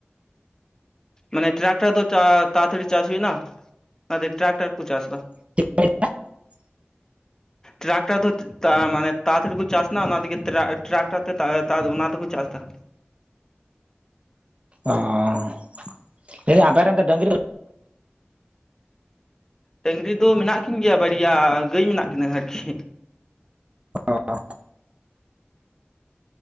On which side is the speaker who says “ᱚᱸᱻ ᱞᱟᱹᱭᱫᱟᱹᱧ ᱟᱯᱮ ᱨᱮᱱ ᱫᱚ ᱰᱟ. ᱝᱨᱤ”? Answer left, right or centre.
Right